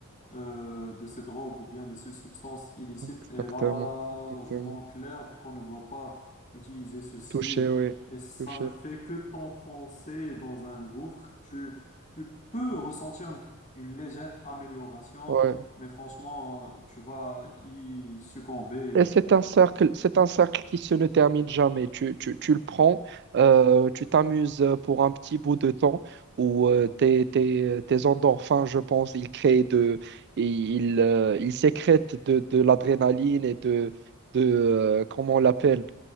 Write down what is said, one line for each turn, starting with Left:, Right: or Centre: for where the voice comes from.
Left: euh, de ces drogues ou bien de ces substances illicites
Right: exactement,
Left: est largement
Right: exactement.
Left: claire qu'on ne doit pas utiliser ceci
Right: Touché, oui,
Left: et ça
Right: touché.
Left: ne fait que t'enfoncer dans un gouffre. Tu, tu peux ressentir une, une légère amélioration,
Right: ouais.
Left: mais franchement, euh, tu vas y succomber.
Right: Et c'est un cercle, c'est
Left: Mhm.
Right: un cercle qui se ne termine jamais. Tu, tu, tu le prends, euh, tu t'amuses pour un petit bout de temps où euh, tes, tes, tes endorphins, je pense, ils créent de, et ils, euh, ils sécrètent de, de l'adrénaline et de, de euh, comment on l'appelle,